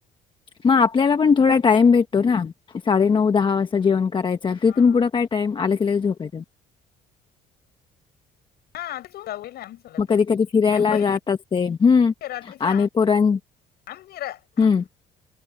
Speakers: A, on the left; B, on the left.
A: मग आपल्याला पण थोडाइम भेट साडे नऊ दहा वाज जेवण कराय तथून
B: हा
A: पुढ कायम ला झोपायचं
B: हा तेच होध होईल आम चला
A: मग
B: तर
A: कधी-कधी
B: ना
A: फिरायला
B: आ् पहिले
A: जात असते. हं.
B: रात्री स
A: आणि पोरां
B: आमनीरा
A: हं.
B: ह